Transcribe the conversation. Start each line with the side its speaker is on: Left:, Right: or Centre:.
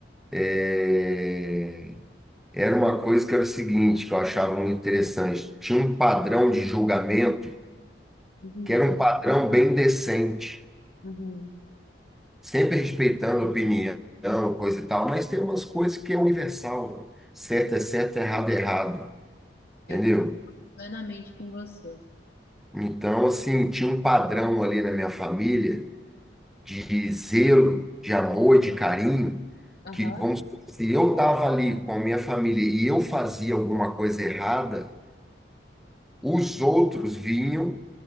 Centre: é, Era uma coisa que era o seguinte, que eu achava muito interessante. Tinha um padrão de julgamento
Left: Uhum,
Centre: que era um padrão bem decente,
Left: uhum.
Centre: sempre respeitando a opinião, coisa e tal, mas tem umas coisas que é universal, né? Certo é certo, errado é errado,
Left: Eu
Centre: entendeu?
Left: concordo plenamente com você.
Centre: Então, assim, tinha um padrão ali na minha família de zelo, de amor, de carinho,
Left: Aham.
Centre: que, vamos supor, se eu estava ali com a minha família e eu fazia alguma coisa errada, os outros vinham